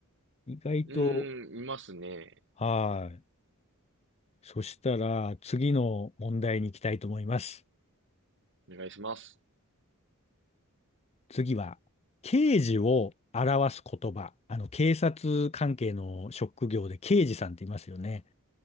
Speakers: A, on the left; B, on the right.
A: 意外と、
B: うーん、いますね。
A: はい。そしたら、次の問題に行きたいと思います。
B: お願いします。
A: 次は、刑事を表す言葉。あの、警察関係の職業で刑事さんって言いますよね。